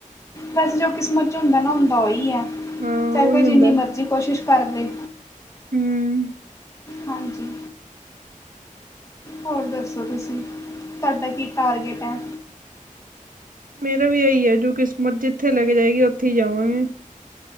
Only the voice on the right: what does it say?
ਹਾਂ
ਉਹੀ
ਹੁੰਦਾ
<unintelligible>
ਮੇਰਾ ਵੀ ਇਹੀ ਹੈ ਜੋ ਕਿਸਮਤ ਜਿੱਥੇ ਲੈ ਕੇ ਜਾਏਗੀ ਉੱਥੇ ਹੀ ਜਾਵਾਂਗੇ